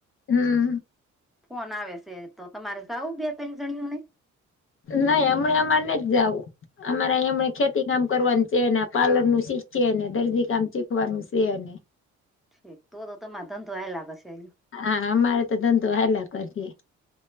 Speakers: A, on the left; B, in the centre.
A: હમ.
B: ફોન આવે છે તો તમારે જાવું બે ત્રણ જણીઓને
A: નહી હમણાં અમારે નહીં જાવું અમારે એમ ખેતી કામ કરવાનું છે ને પાલૅર નું શીખયે ને દર્જી કામ શીખવાનું છે ને હવે.
B: તો તો તમારે ધંધો હાલયા પછે.
A: હા હા અમાર ધંધો હાલયા કરાયે.